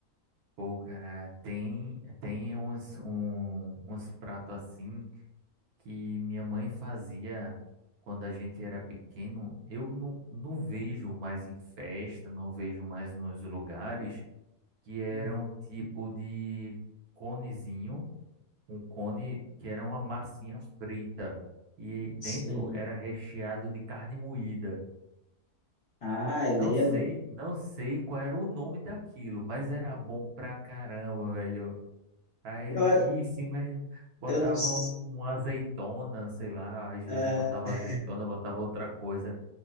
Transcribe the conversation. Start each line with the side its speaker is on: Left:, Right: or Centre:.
Right: Pô, cara, tem tem uns um, uns pratos assim que minha mãe fazia quando a gente era pequeno, eu não, não vejo mais em festa, não vejo mais nos lugares, que era
Left: Uhum.
Right: um tipo de conezinho, um cone que era uma massinha frita e dentro
Left: Sim.
Right: era recheado de carne moída.
Left: Ah, eu
Right: Não
Left: lembro.
Right: sei, não sei qual era o nome daquilo, mas era bom pra caramba, velho. Aí,
Left: Eu,
Right: em cima eh, botava
Left: eu não. s-
Right: um, uma azeitona, sei lá, às vezes
Left: ah,
Right: botava
Left: ah,
Right: azeitona, botava outra coisa.